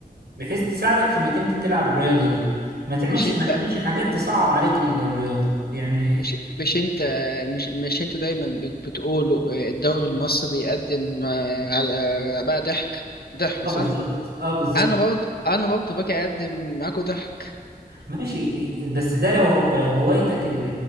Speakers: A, on the right; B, on the left.
A: بحيث تساعدك في انك انت تلعب الرياضه دي ما تعملش
B: مش انت
A: ما تعملش حاجات تصعب عليك ال- الرياضه يعني
B: مش مش انت مش مش انت دايما بت- بتقولوا آه، الدوري المصري بيقدم آه، على- آه، بقى ضحك ضحك
A: اه
B: صح
A: بالظبط اه بالظبط
B: انا برضه انا برضه باجي اقدم معاكوا ضحك
A: ماشي بس ده لو هو لو هوايتك ال...